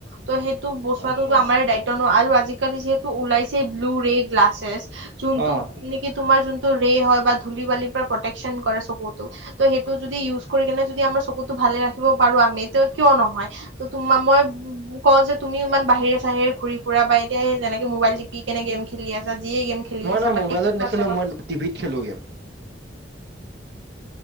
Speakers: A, on the right; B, on the right.
A: ত' সেইটো বচোৱাতটো
B: অংগ
A: আমাৰ দায়িত্ব ন আৰু আজি। আজিকালি যিহেতু ওলাইছে ব্লু ৰে গ্লাছেছ যোনটো
B: অঁ
A: নেকি। তোমাৰ জোনতু ৰেই হয় বা ধূলি বালি পৰা পতেকচত কৰে চকু টো ত‌‌ সেইটো যদি ইউজ কৰি কেনে যদি - যদি আমাৰ চকুতটো ভালে ৰাখিব পাৰো আমি কিয় নহয় ত তোম মই। মোক কওঁ যে তুমি ইমান বাহিৰে চাহিৰে ঘূৰি ফুৰা বা এতিয়া এই যেনেকে। মোবাইল টিপি কেনে গেম খেলি আছা যিয়ে গেম খেলি
B: মই
A: আছা
B: না
A: বাট
B: মোবাইলত
A: টিপিটো
B: নেখেলো
A: আছা না
B: মই টিভিত খেলো গেম